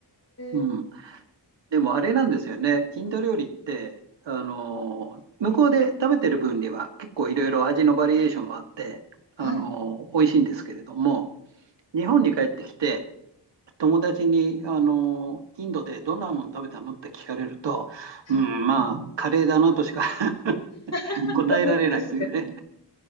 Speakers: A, on the right; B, on the left.
A: うん
B: え。
A: でもあれなんですよね。インド料理って、あの向こうで食べてる分には結構いろいろ味のバリエーションもあって、あの美味しいんですけれども、
B: はい。
A: 日本に帰ってきて、友達に、あのインドでどんなもの食べたのって聞かれると、
B: はい。
A: うん、まあ、カレーだなとしか <laughs>
B: <laughs>
A: 答えられないというね。
B: まあ、まあ確かに。